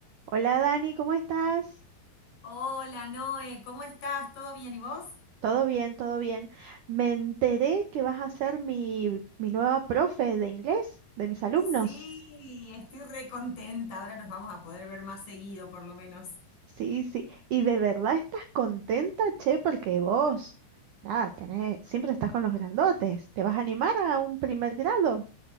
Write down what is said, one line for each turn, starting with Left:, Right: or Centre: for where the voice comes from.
Right: Hola Dani, ¿cómo estás?
Left: Hola Noé, ¿cómo estás? ¿Todo bien y vos?
Right: Todo bien, todo bien. Me enteré que vas a ser mi, mi nueva profe de inglés, de mis alumnos.
Left: Sí, estoy re contenta. Ahora nos vamos a poder ver más seguido, por lo menos.
Right: Sí, sí. ¿Y de verdad estás contenta, che? Porque vos, nada, tenés, siempre estás con los grandotes. ¿Te vas a animar a un primer grado?